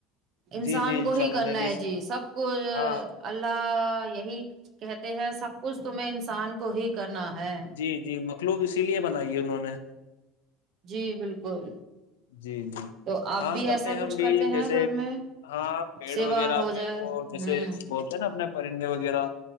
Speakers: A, on the right; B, on the left.
A: انسان
B: جی جی
A: کو
B: انشاء
A: ہی
B: اللہ
A: کرنا
B: میں بھی
A: ہے
B: سے
A: جی سب کوچ
B: ہاں
A: اللہ یہی کہتے ہیں سب کچھ تم انسان کو ہی کرنا ہے
B: جی جی مخلوق اسی لیے بنائی ہے انہوں نے میں
A: جی بالکل
B: جی جی
A: تو آپ
B: ہاں
A: بھی
B: کرتے
A: ایسا
B: ہیں
A: کچھ
B: ہم
A: کرتے
B: بھی جیسے
A: ہیں گھر میں
B: ہاں پیڑ
A: سیوا
B: وغیرہ
A: ہو جائے
B: پہ وہ جیسے
A: ہوں
B: بولتے ہیں نا اپنے پرندے وغیرہ